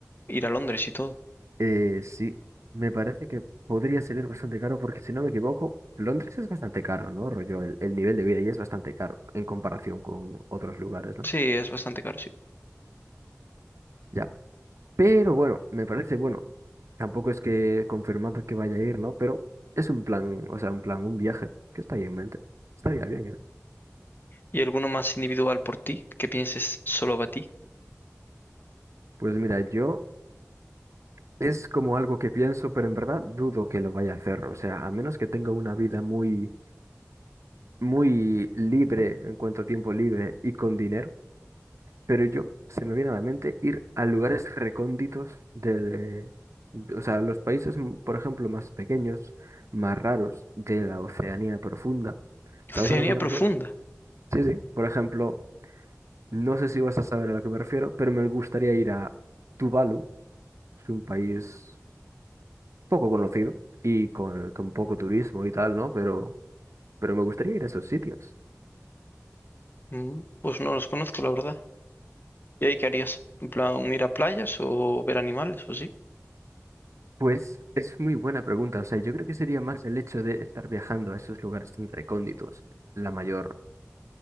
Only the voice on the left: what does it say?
Ir a Londres y todo.
Sí, es bastante caro, sí.
¿Y alguno más individual por ti que pienses solo para ti?
Oceanía
profunda.
Mm, Pues no los conozco, la verdad. ¿Y ahí qué harías? ¿En plan ir a playas o ver animales o sí?